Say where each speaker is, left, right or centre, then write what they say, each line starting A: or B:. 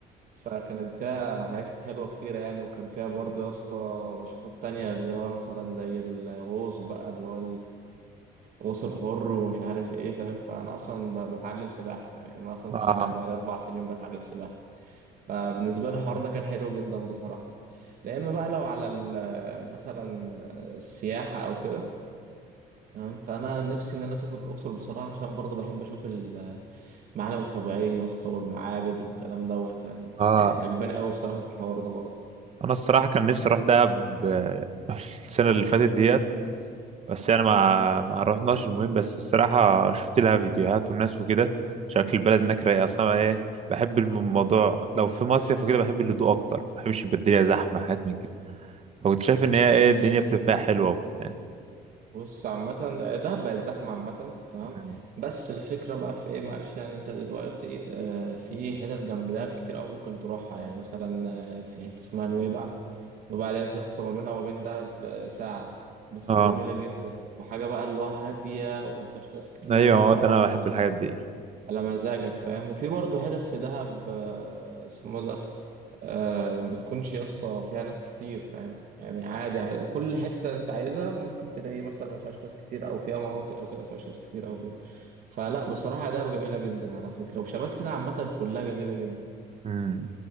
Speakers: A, on the right; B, on the right.
A: فكانت فيها حاجات حلوة كتيرة يعني وكان فيها برضه يا اسطى نشاطات تانية اللي هو مثلا زي الغوص بقى اللي هو غوص حر ومش عارف ايه فاهم فانا اصلا ب- بتعلم سباحه فاهم يعني انا اصلا سباح
B: اه
A: بقى لي اربع سنين بتعلم سباحه فبالنسبه لي الحوار ده كان حلو جدا بصراحه لا اما بقى لو على ال- مثلا السياحه او كده تمام فانا نفسي ان انا اسافر الاقصر بصراحه عشان برضه بحب اشوف المعالم الطبيعيه يا اسطى والمعابد والكلام دوت فاهم
B: اه
A: يعني عجباني
B: <clears throat>
A: قوي بصراحه في الحوار ده برضه
B: انا الصراحه كان نفسي اروح دهب آه، <laughs> السنه اللي فاتت ديت بس انا ما ما رحناش المهم بس الصراحه شفت لها فيديوهات والناس وكده شكل البلد هناك رايق اصلا ايه بحب الم- الموضوع لو في مصيف وكده بحب الهدوء اكتر ما بحبش يبقى الدنيا زحمه حاجات من كده فكنت شايف ان هي
A: هو
B: ايه
A: بص
B: الدنيا بتبقى فيها حلوه وكده.
A: بص عامة دهب بقت زحمة عامة تمام
B: مم.
A: بس الفكرة بقى في ايه معلش يعني انت دلوقتي آه، في حتت جنب دهب كتير أوي ممكن تروحها يعني مثلا آه، في حتة اسمها نويبع نويبع ديت يا اسطى ما بينها وما بين دهب آه، ساعة بس
B: اه
A: جميلة جدا وحاجة بقى اللي هو هادية وما فيهاش ناس كتير
B: ايوه
A: وبتاع
B: هو ده
A: وعلى
B: انا بحب الحاجات دي
A: على مزاجك فاهم وفي برضه حتت في دهب آه، اسمه ده آه ما بتكونش يا اسطى فيها ناس كتير فاهم يعني عادي يعني كل حتة انت عايزها ممكن تلاقي مثلا ما فيهاش ناس كتير او فيها مناطق او كده ما فيهاش ناس كتير او كده فلا بصراحة ده جميلة جدا على فكرة وشمال سيناء عامة كلها جميلة جدا
B: امم